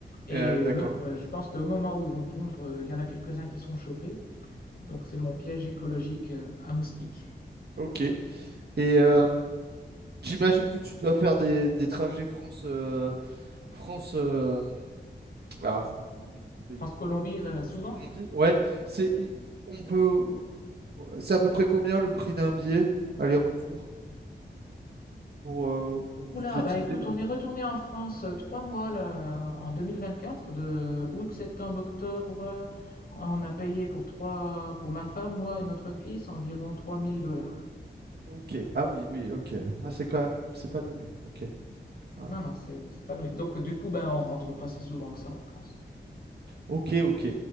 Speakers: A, on the left; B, on the right.
A: Et
B: Euh, d'accord.
A: même, euh, je pense qu'au moment où ils vont pondre, euh, il y en a quelques-uns qui sont chopés. Donc c'est mon piège écologique euh, à moustiques.
B: Ok. Et euh, J'imagine que tu dois faire des, des trajets France, euh, France, euh, ah, je bouge le nom de ton pays.
A: France-Colombie, euh,
B: France-Colombie,
A: souvent.
B: ouais. C'est, on peut, c'est à peu près combien le prix d'un billet aller-retour pour, euh, pour budgétiser?
A: Oula, bah écoute, on est retourné en France euh, trois mois là, en 2024, de août, septembre, octobre. euh, On a payé pour trois, pour ma femme, moi et notre fils, environ 3000 dollars.
B: Ok, ah oui, oui, ok. Ah, c'est quand même, c'est pas donné. Ok, ouais.
A: Non, non, c'est c'est pas donné. Donc du coup, ben, on rentre pas si souvent que ça en France.
B: Ok, ok.